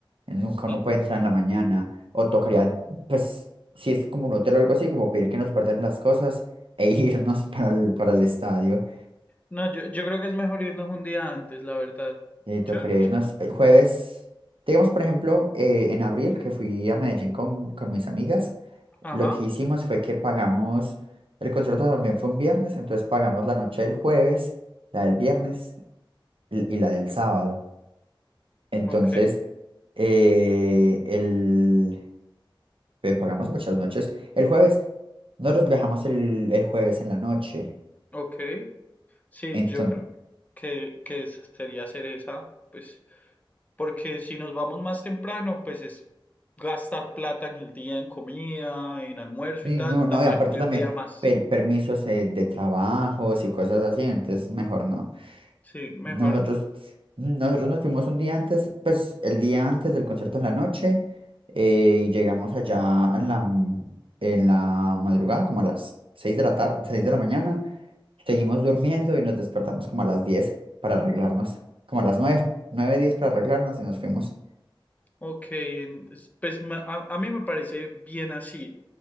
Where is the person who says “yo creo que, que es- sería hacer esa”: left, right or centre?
Left